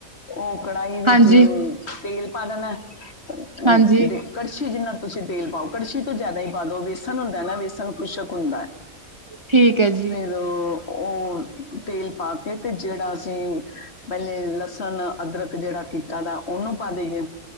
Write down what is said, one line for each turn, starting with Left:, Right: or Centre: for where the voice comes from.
Left: ਓ ਕੜਾਈ ਵਿੱਚ
Right: ਹਾਂਜੀ,
Left: ਤੇਲ ਪਾ ਲੈਣੈ ਅ
Right: ਹਾਂਜੀ
Left: ਕੜਛੀ ਜਿੰਨਾ ਤੂਸੀ ਤੇਲ ਪਾਓ, ਕੜਛੀ ਤੋਂ ਜਿਆਦਾ ਈ ਪਾ ਦੋ। ਵੇਸਨ ਹੁੰਦੈ ਨਾ, ਵੇਸਨ ਖੁਸ਼ਕ ਹੂਂਦੈ।
Right: ਠੀਕ ਐ ਜੀ।
Left: ਅ ਓ ਤੇਲ ਪਾ ਕੇ ਤੇ ਜੇੜਾ ਅਸੀ ਪੈਲੇ ਲਸਨ, ਅਦਰਕ ਜੇੜਾ ਕੀਤਾ ਦਾ ਓਨੂੰ ਪਾ ਦੇਈਏ